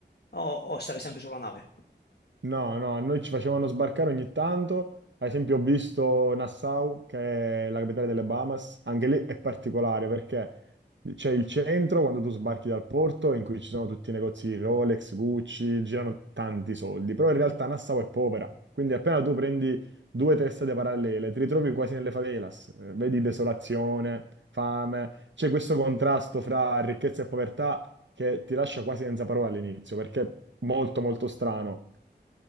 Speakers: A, on the left; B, on the right.
A: o, o stavi sempre sulla nave?
B: No, no, a noi ci facevano sbarcare ogni tanto. Ad esempio, ho visto Nassau, che è la capitale delle Bahamas. Anche lì è particolare perché c'è il centro quando tu sbarchi dal porto in cui ci sono tutti i negozi Rolex, Gucci, girano tanti soldi. Però
A: Mhm.
B: in realtà Nassau è povera. Quindi appena tu prendi due o tre strade parallele, ti ritrovi quasi nelle favelas. Eh, Vedi desolazione, fame. C'è questo contrasto fra ricchezza e povertà che ti lascia quasi senza parole all'inizio perché è molto, molto strano.